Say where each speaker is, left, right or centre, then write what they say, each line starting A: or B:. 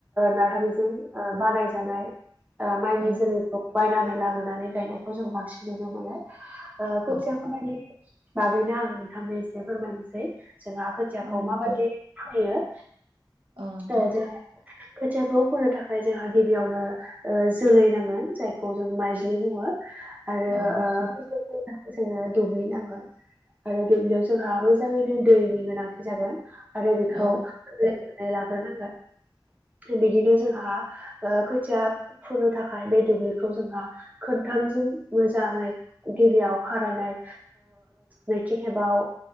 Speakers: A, on the right; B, on the right.
A: नार्सारिजों बानायजानाय माइनि
B: औ
A: जोलैखौ बायनानै लाबोनानै गायनायखौ जों बांसिन नुनो मोनो। खोथिया
B: औ
A: फोनायनि बागैनो आं नोंथांनो एसे फोरमायनोसै। जोंहा खोथियाखौ
B: औ नोंथां
A: माबादि फोयो।
B: औ नोंथां।
A: ओ जोंहा खोथियाखौ फोनो थाखाय जोंहा गिबियावनो जोलै नांगोन जायखौ जों माइज्लि बुङो। आरो
B: औ नोंथां
A: फोनो थाखाय जोंनो दुब्लि नांगौ। आरो दुब्लियाव जोंहा मोजाङैनो दैनि गोनांथि जागोन। आरो बेखौ
B: औ
A: एवनानै लाग्रोनांगोन। बिदिनो जोंहा खोथिया फोनो थाखाय बे दुब्लिखौ जोंहा खोनथामजों मोजाङै गिबियाव खारायनाय नैथि खेबाव